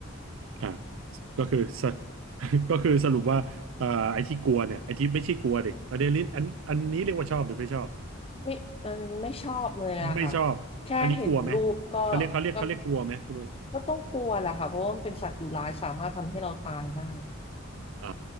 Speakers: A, on the right (about 80°); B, on the left (about 30°).
A: อ่าก็คือส <laughs> ก็คือสรุปว่าอ่าไอ้ที่กลัวเนี่ยไอ้ที่ไม่ใช่กลัวดิอันนี้ลิ้นอันอันนี้เรียกว่าชอบหรือไม่ชอบ
B: ไม่เออไม่ชอบเลยอะค่ะ
A: ไม่ชอบอันนี้กลัวไหม
B: แค่เห็นรูปก็
A: เขาเรียกเขาเรียกเขาเรียกกลัวไหมคุณนุ้ย
B: ก็ก็ต้องกลัวแหละค่ะเพราะว่ามันเป็นสัตว์ดุร้ายสามารถทำให้เราตายได้
A: อ่า